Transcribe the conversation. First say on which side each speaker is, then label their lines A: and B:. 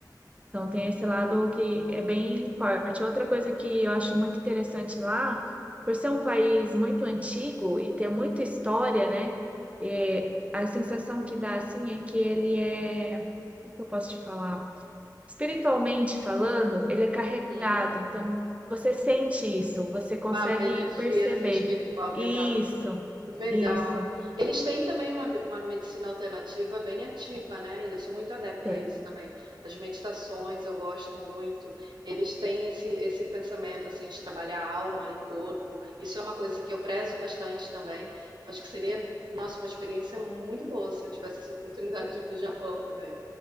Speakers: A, on the right; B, on the right.
A: Então, tem esse lado que é bem forte. Outra coisa que eu acho muito interessante lá, por ser um país muito antigo e ter muita história, né? é, a sensação que dá assim é que ele é, como que eu posso te falar? Espiritualmente falando, ele é carregado.
B: uhum.
A: Então, você sente isso, você consegue
B: Uma energia
A: perceber.
B: assim espiritual bem
A: Isso,
B: alta. Que legal.
A: isso,
B: Eles têm também uma, uma medicina alternativa bem ativa, né? E eu sou muito adepta
A: tem.
B: a isso também. As meditações eu gosto muito. Eles têm esse, esse pensamento assim de trabalhar alma e corpo. Isso é uma coisa que eu prezo bastante também. Acho que seria, nossa, uma experiência muito boa se eu tivesse essa oportunidade de ir para o Japão também.